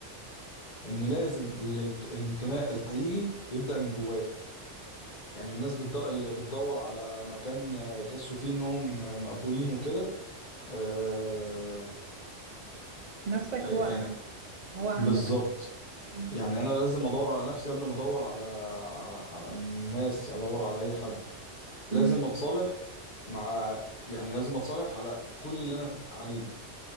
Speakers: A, on the left; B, on the right.
A: ان لازم الانت- الانتماء الحقيقي يبدأ من جوايا يعني الناس بتدور اللي بتدور على مكان يحسوا فيه انهم مقبولين وكده آه،
B: نفسك
A: آه،
B: هو
A: يعني
B: اهم هو اهم
A: بالظبط
B: مكان امم
A: يعني انا لازم ادور على نفسي قبل ما ادور على على على الناس ادور على اي حد لازم
B: امم
A: اتصالح مع يعني لازم اتصالح على كل اللي انا عليه